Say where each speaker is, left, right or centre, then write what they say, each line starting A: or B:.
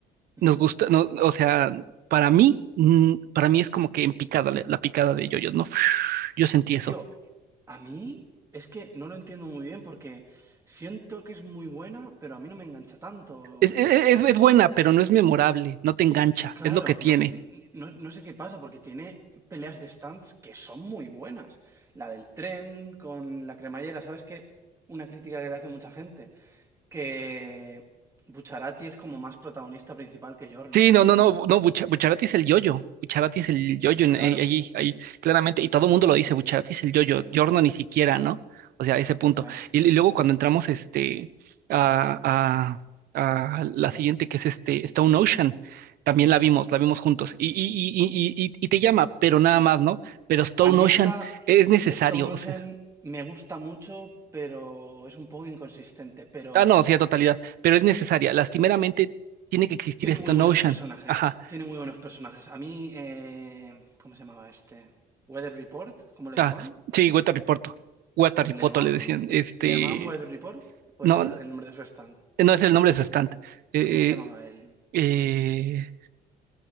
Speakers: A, on the right; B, on the right.
A: ujú.
B: Nos gusta, no, o sea, para mí, mm, para mí es como que en picada, la la picada de yoyos, ¿no? Yo sentí eso.
A: Tío, a mí es que no lo entiendo muy bien porque siento que es muy buena, pero a mí no me engancha tanto.
B: Es,
A: eh,
B: e, e, es- es buena, pero no es memorable, no te engancha,
A: Claro,
B: es lo que tiene.
A: no, s- no, no sé qué pasa, porque tiene peleas de stands que son muy buenas. La del tren con la cremallera, ¿sabes qué? Una crítica que le hace mucha gente, que Bucharati es como más protagonista principal que Giorno
B: Sí,
A: realmente.
B: no, no, no, no, Bucha- Bucharati es el yoyo, Bucharati es el yoyo en-
A: Claro,
B: eh, allí, ahí, claramente, y todo el mundo lo dice, Bucharati es el yoyo, Yorno ni siquiera, ¿no? O sea, ese punto.
A: claro.
B: Y, y luego cuando entramos este, a, a- a la siguiente, que es este Stone Ocean, también la vimos, la vimos juntos, y, y, y, y, y, y te llama, pero nada más, ¿no? Pero Stone
A: A mí
B: Ocean
A: esta
B: es necesario,
A: Stone
B: o
A: Ocean
B: sea,
A: me gusta mucho, pero es un poco inconsistente, pero
B: ah, no, sí, a totalidad, pero es necesaria, lastimeramente tiene que existir
A: tiene
B: Stone
A: muy buenos
B: Ocean,
A: personajes,
B: ajá,
A: tiene muy buenos personajes. A mí, eh, ¿cómo se llamaba este? Weather Report, ¿cómo le
B: Ah,
A: llamaban?
B: sí, Guatariporto. Guataripoto
A: Pero le llamaba,
B: le decían. Este,
A: le le llamaban Weather Report o
B: no,
A: ese era el nombre de su stand.
B: no es el nombre de su stand. Eh,
A: ¿Cómo se llamaba él?
B: eh, eh,